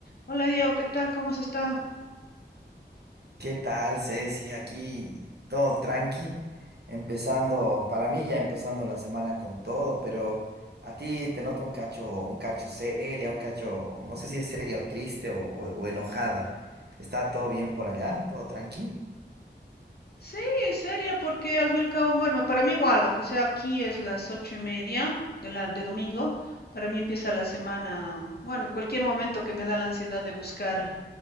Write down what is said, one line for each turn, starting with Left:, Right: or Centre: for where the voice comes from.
Left: Hola Diego, ¿qué tal? ¿Cómo has estado?
Right: ¿Qué tal, Ceci? Aquí todo tranqui, empezando, para mí ya empezando la semana con todo, pero a ti te noto un cacho, un cacho seria, un cacho, no sé si es seria o triste o, o- o enojada. ¿Está todo bien por allá? ¿Todo tranqui?
Left: Sí, seria, porque al fin y al cabo, bueno, para mí igual, aunque sea aquí es las ocho y media de la de domingo, para mí empieza la semana, bueno, en cualquier momento que me da la ansiedad de buscar